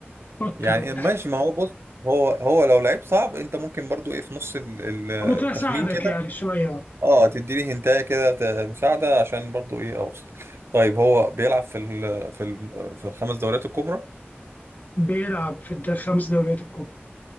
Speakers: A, on the left; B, on the right.
A: فكر
B: يعني إيه، ماشي ما هو بص هو هو لو لعيب صعب انت ممكن برضو ايه في نص ال- ال- التخمين
A: ممكن اساعدك
B: كده
A: يعني شويه
B: اه تديني هنتايه كده ت- مساعده عشان برضو ايه اوصل طيب هو بيلعب في ال... في ال... في الخمس دوريات الكبرى
A: بيلعب في الد- خمس دوريات الكبرى